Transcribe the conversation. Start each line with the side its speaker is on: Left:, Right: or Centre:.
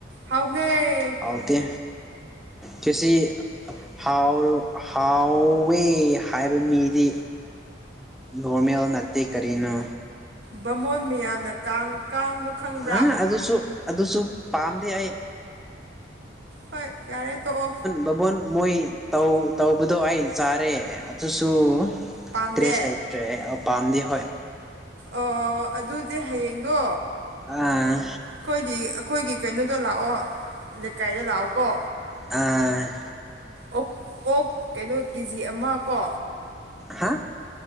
Right: ꯍꯥꯎꯕꯅꯦ
Centre: ꯍꯥꯎꯇꯦ ꯈꯦꯆꯤ ꯍꯥꯎꯔ ꯍꯥꯎꯋꯦ ꯍꯥꯏꯕ ꯃꯤꯗꯤ ꯅꯣꯔꯃꯦꯜ ꯅꯠꯇꯦ ꯀꯔꯤꯅꯣ
Right: ꯕꯃꯣꯟ ꯃꯤꯌꯥꯝꯅ ꯀꯥꯡ ꯀꯥꯡꯗꯣ ꯈꯪꯕ꯭ꯔꯥ
Centre: ꯑꯥ ꯑꯗꯨꯁꯨ ꯑꯗꯨꯁꯨ ꯄꯥꯝꯗꯤ ꯑꯩ
Right: ꯍꯣꯏ ꯌꯥꯔꯦ ꯇꯣꯛꯑꯣ
Centre: ꯕꯃꯣꯟ ꯃꯣꯏ ꯇꯧ ꯇꯧꯕꯗꯣ ꯑꯩ ꯆꯥꯔꯦ ꯑꯗꯨꯁꯨ
Right: ꯄꯥꯝꯗꯦ
Centre: ꯇ꯭ꯔꯦꯁ ꯂꯩꯇꯦ ꯇ꯭ꯔꯦ ꯄꯥꯝꯗꯤ ꯍꯣꯏ
Right: ꯑꯣ ꯑꯗꯨꯗꯤ ꯍꯌꯦꯡꯗꯣ
Centre: ꯑꯥ
Right: ꯑꯩꯈꯣꯏꯗꯤ ꯑꯩꯈꯣꯏꯒꯤ ꯀꯩꯅꯣꯗ ꯂꯥꯛꯑꯣ ꯂꯩꯀꯥꯏꯗ ꯂꯥꯛꯑꯣꯀꯣ
Centre: ꯑ
Right: ꯑꯣ ꯑꯣꯛ ꯀꯩꯅꯣ ꯀꯦꯖꯤ ꯑꯃ ꯀꯣ
Centre: ꯍꯥ